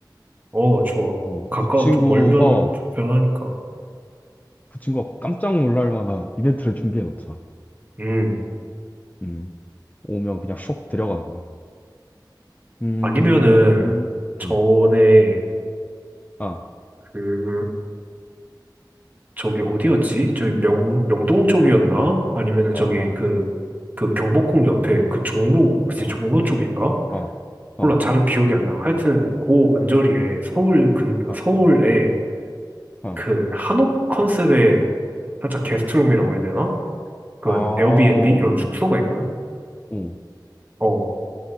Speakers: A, on the right (about 20°); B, on the left (about 20°).
A: 어, 좋아.
B: 어,
A: 가까워,
B: 그 친구가
A: 도 멀면
B: 어,
A: 불편하니까.
B: 그 친구가 깜짝 놀랄 만한 이벤트를 준비해 놓자.
A: 음,
B: 음. 오면 그냥 쏙 들어가기. 음.
A: 아니면은, 전에,
B: 음. 아,
A: 그, 저기 어디였지? 저기 명, 명동 쪽이었나? 아니면은
B: 아,
A: 저기
B: 아,
A: 그, 그 경복궁 옆에 그 종로, 혹시
B: 아,
A: 종로 쪽인가?
B: 아, 아,
A: 몰라, 잘은 기억이 안 나. 하여튼, 그 언저리에 서울 근,
B: 아,
A: 서울에
B: 아.
A: 그 한옥 컨셉의 살짝 게스트룸이라고 해야 되나? 그런
B: 아, 오.
A: 에어비앤비 이런 숙소가 있거든?
B: 오.
A: 어,